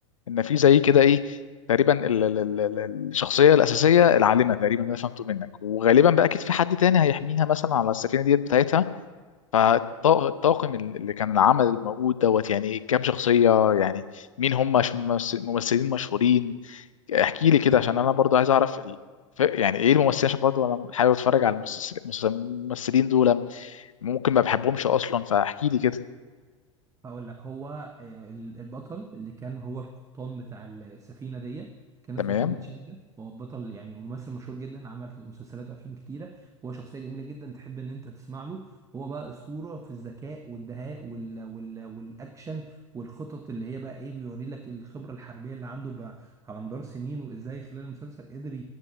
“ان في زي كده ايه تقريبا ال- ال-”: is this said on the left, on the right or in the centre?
Left